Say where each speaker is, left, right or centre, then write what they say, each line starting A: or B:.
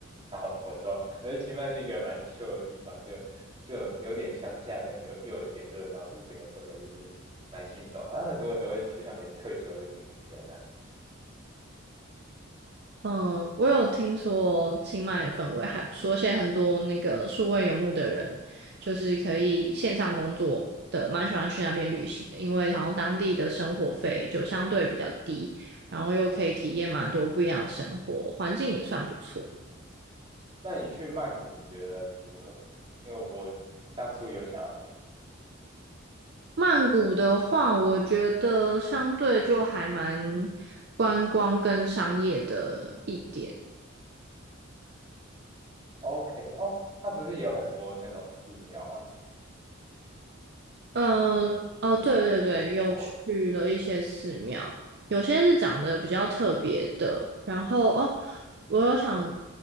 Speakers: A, on the right (about 25°); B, on the right (about 50°).
A: 然后我说，我觉得清迈是一个蛮 c h i l 的地方，就就有点乡下，但又又有点热闹，就整个氛围就是蛮轻松，好像很多人都会去那边退休就定居在那里。
B: 嗯，我有听说清迈的氛围还不错，而且很多那个数位游牧的人，就是可以线上工作的，蛮喜欢去那边旅行的，因为好像当地的生活费就相对比较低，然后又可以体验蛮多不一样的生活，环境也算不错。
A: 那你去曼谷，你觉得如何？因为我当初也有想要去。
B: 曼谷的话，我觉得相对就还蛮观光跟商业的一点。
A: OK，哦，它不是也有很多那种寺庙啊？
B: 嗯，
A: 有吗
B: 哦，对对对，有去了一些寺庙，
A: 哦，
B: 有些是长得比较特别的。然后哦，我有想